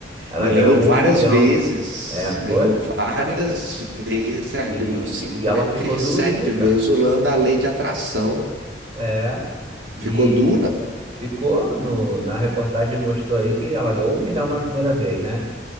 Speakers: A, on the right; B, on the right.
A: ela
B: Ganhou
A: ganhou
B: várias
A: um milhão.
B: vezes.
A: É, não foi?
B: Ganhou várias vezes,
A: E,
B: ela
A: e
B: ganhou cinquenta
A: e ela ficou
B: e
A: durinha,
B: sete
A: cara.
B: vezes, usando a lei de atração.
A: É.
B: Ficou
A: E,
B: dura?
A: Ficou no, na reportagem mostrou aí que ela ganhou um milhão na primeira vez, né?